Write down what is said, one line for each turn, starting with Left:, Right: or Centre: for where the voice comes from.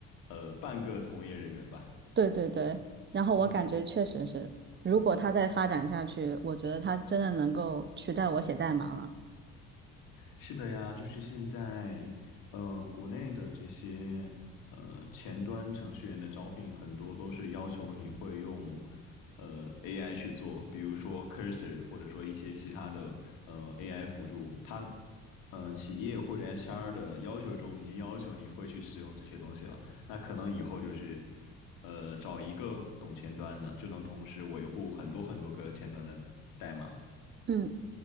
Left: 呃，半个从业人员吧。
Right: 对对对。然后我感觉确实是，
Left: 嗯。
Right: 如果它再发展下去，我觉得它真的能够取代我写代码了。
Left: 是的呀，就是现在，呃，国内的这些呃前端程序员的招聘，很多都是要求你会用呃 AI 去做，比如说 Cursor，或者说一些其他的呃 AI 辅助。它呃企业或者 HR 的要求中已经要求你会去使用这些东西了。那可能以后就是呃找一个懂前端的，就能同时维护很多很多个前端的代码。
Right: 嗯。